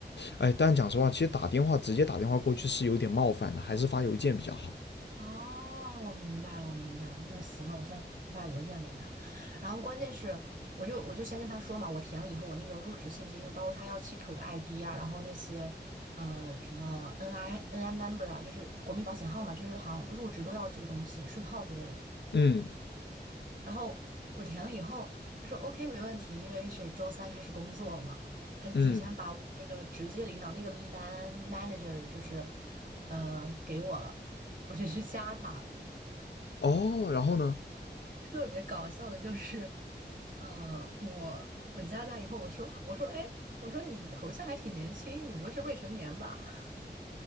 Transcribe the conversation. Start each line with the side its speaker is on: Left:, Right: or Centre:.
Left: 哎，但讲实话，其实打电话直接打电话过去是有点冒犯的，还是发邮件比较好。
Right: 哦，我明白了，我明白了。那行了，我先发邮件给他。然后关键是，我就我就先跟他说嘛，我填了以后，我那个入职信息就包括他要 check 我的 ID 啊，然后那些呃什么 NI NI member 啊，就是国民保险号嘛，就是好像入职都要这个东西，税号之类的。
Left: 嗯
Right: 然后我填了以后，他说 OK 没问题，因为是周三开始工作嘛，他就提前把我的那个直接领导那个
Left: 嗯，
Right: line manager 就是，呃，给我了，我就去加他。
Left: 哦，然后呢？
Right: 特别搞笑的就是，呃，我我加他以后，我说我说哎，我说你头像还挺年轻，你不会是未成年吧？<laughs>